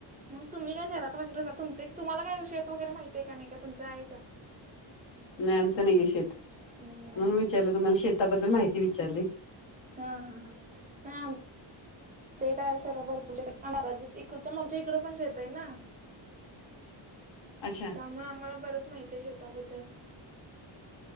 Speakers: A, on the right; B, on the left.
A: मग तुम्ही काय शहरात वगैरे राहता तुम्हाला काय शेत वगैरे माहती हाय का नाही का तुमचं आहे का
B: नाही आमचं नाहीये शेत
A: नाही आहे
B: म्हणून
A: व्हय.
B: विचारलं तुम्हाला शेताबद्दल माहिती विचारली
A: हा हा नाही आमच शेत आहे सोडा भरपूर आमच्या मम्मीच्या इकडे शेत आहे ना
B: अच्छा
A: त्यामुळे आम्हाला बरच माहती आहे शेताबद्दल